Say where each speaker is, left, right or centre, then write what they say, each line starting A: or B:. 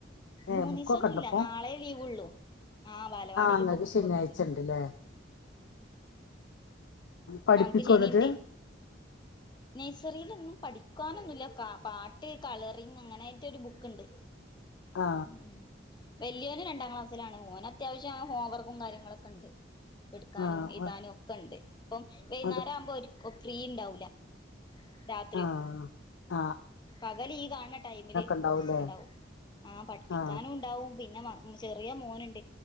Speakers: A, on the left; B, on the left.
A: ഏ
B: മൂന്ന്
A: ബുക്കൊക്കെ
B: ദിവസം ഒന്നുല്ല
A: ഉണ്ടപ്പോ
B: നാളെ ലീവ് ഉള്ളു ആ ബാലവാടീല്
A: അങ്ങക്ക്
B: പ്പം ബുക്കൊക്കെണ്ട്
A: ശനിയാഴ്ച ഉണ്ട് അല്ലേ പഠിപ്പിക്കും
B: ഞങ്ങക്ക് ശനിണ്ടേ
A: എന്നിട്ട്
B: നഴ്സറിൽ ഒന്നും പഠി കാനൊന്നുല്ല പാട്ട് കളറിങ്ങ് അങ്ങനെയായിട്ട് ഒരു ബുക്ക് ഉണ്ട്
A: ആ
B: ഉം വലിയ ഓനും രണ്ടാം ക്ലാസ്സിലാണ് ഓന് അത്യാവശ്യം ഹോംവർക്കും കാര്യങ്ങളൊക്കെ ഉണ്ട് എടുക്കാനും
A: ആ
B: എഴുതാനും
A: ആ,
B: ഒക്കെ ഉണ്ട് ഇപ്പം വൈകുന്നേരം
A: അത്
B: ആവുമ്പോ ഒരു ഫ്രീ ഉണ്ടാവൂല രാത്രിയും
A: ആഹ
B: പകല് ഈ കാണ് ണ ടൈമിൽഇണ്ടാവും
A: ഉണ്ടാവൂലേ
B: ആഹ പഠിക്കാനും
A: ആ
B: ഉണ്ടാവും പിന്നെ മദ്ര ചെറിയ മോനുണ്ട്